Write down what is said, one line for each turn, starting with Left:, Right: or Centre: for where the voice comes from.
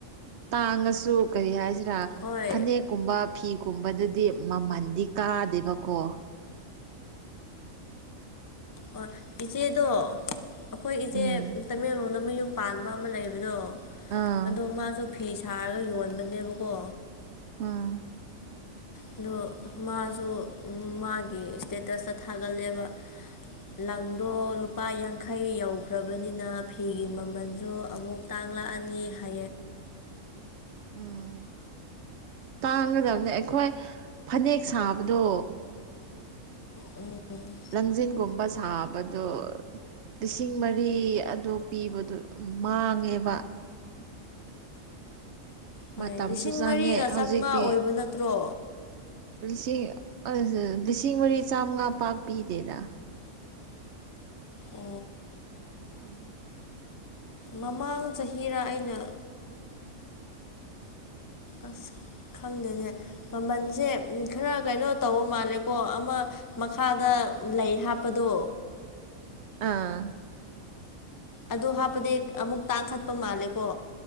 Right: ꯇꯥꯡꯉꯁꯨ ꯀꯔꯤ ꯍꯥꯏꯁꯤꯅ
Left: ꯍꯣꯏ
Right: ꯐꯅꯦꯛꯀꯨꯝꯕ ꯐꯤꯒꯨꯝꯕꯗ ꯃꯃꯜꯗꯤ ꯀꯥꯗꯦꯕꯀꯣ
Left: ꯑꯣ ꯏꯆꯦꯗꯣ ꯑꯩꯈꯣꯏ ꯏꯆꯦ
Right: ꯎꯝ
Left: ꯇꯃꯦꯡꯂꯣꯡꯗ ꯃꯌꯨꯝ ꯄꯥꯟꯕ ꯑꯃ ꯂꯩꯕꯗꯣ
Right: ꯑꯥ
Left: ꯑꯣ ꯃꯥꯁꯨ ꯐꯤ ꯁꯥꯔꯒ ꯌꯣꯟꯕꯅꯦꯕꯀꯣ
Right: ꯑꯥ
Left: ꯑꯗꯣ ꯃꯥꯁꯨ ꯃꯥꯒꯤ ꯏꯁꯇꯦꯇꯁꯇ ꯊꯥꯒꯠꯂꯦꯕ ꯂꯪꯗꯣ ꯂꯨꯄꯥ ꯌꯥꯡꯈꯩ ꯌꯧꯈ꯭ꯔꯕꯅꯤꯅ ꯐꯤꯒꯤ ꯃꯃꯜꯁꯨ ꯑꯃꯨꯛ ꯐꯥꯡꯪꯂꯑꯅꯤ ꯍ
Right: ꯎꯝ ꯇꯥꯡꯒꯗꯕꯅꯦ ꯑꯩꯈꯣꯏ ꯐꯅꯦꯛ ꯁꯥꯕꯗꯣ
Left: ꯎꯝ
Right: ꯂꯪꯖꯤꯡꯟꯜꯒꯨꯝꯕ ꯁꯥꯞ ꯗꯣ ꯂꯤꯁꯤꯡ ꯃꯔꯤ ꯑꯗꯨ ꯄꯤꯕꯗꯣ ꯃꯥꯡꯉꯦꯕ <unintelligible>
Left: ꯍꯣꯏ
Right: ꯃꯇꯝꯁꯨ
Left: ꯂꯤꯁꯤꯡ
Right: ꯆꯪꯉꯦ
Left: ꯃꯔꯤꯒ
Right: ꯍꯧꯖꯤꯛꯇꯤ
Left: ꯆꯥꯃꯉꯥ ꯑꯣꯏꯕ ꯅꯠꯇ꯭ꯔꯣ
Right: ꯂꯤꯁꯤꯡ ꯂꯤꯁꯤꯡ ꯃꯔꯤ ꯆꯥꯝꯃꯉꯥ ꯄꯥꯛ ꯄꯤꯗꯦꯗ
Left: ꯎ
Right: ꯑꯗꯨ
Left: ꯃꯃꯥꯡ ꯆꯍꯤꯔ ꯑꯩꯅ ꯥꯁ ꯈꯪꯗꯦꯅꯦ ꯃꯃꯜꯁꯦ ꯈꯔ ꯀꯩꯅꯣ ꯇꯧꯕ ꯃꯥꯜꯂꯦꯀꯣ ꯑꯃ ꯃꯈꯥꯗ ꯂꯩ ꯍꯥꯞꯄꯗꯣ
Right: ꯑꯥ
Left: ꯑꯗꯨ ꯍꯥꯞꯄꯗꯤ ꯑꯃꯨꯛ ꯇꯥꯡꯈꯠꯄ ꯃꯥꯜꯂꯦꯀꯣ